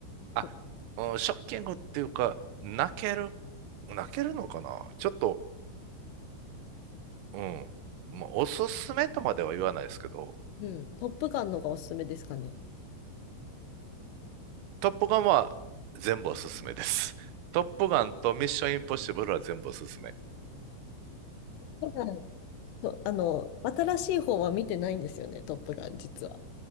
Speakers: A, on the right; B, on the left.
A: あ、
B: と
A: うん、ショッキングっていうか、泣ける、泣けるのかなちょっと、うん。もうおすすめとまでは言わないですけど、
B: うん。トップガンのがおすすめですかね。
A: トップガンは全部おすすめです。<laughs> トップガンとミッションインポッシブルは全部おすすめ。
B: トップガンそうあの、新しい方は見てないんですよね、トップガン、実は。